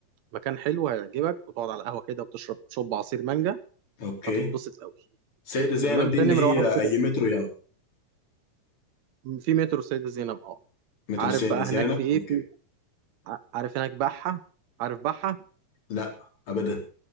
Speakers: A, on the right; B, on the left.
A: مكان حلو هيعجبك وتقعد على القهوة كده وتشرب شوب عصير مانجا
B: اوكي
A: هتتبسط قوي
B: سيدة زينب
A: تمام
B: دي
A: ده
B: اللي
A: نمرة
B: هي
A: واحد كده
B: اي مترو يعني
A: في مترو سيدة زينب اه
B: مترو
A: عارف
B: سيدة
A: بقى
B: زينب
A: هناك في ايه
B: اوكي
A: في ع- عارف هناك بحة عارف بحة
B: لا ابدا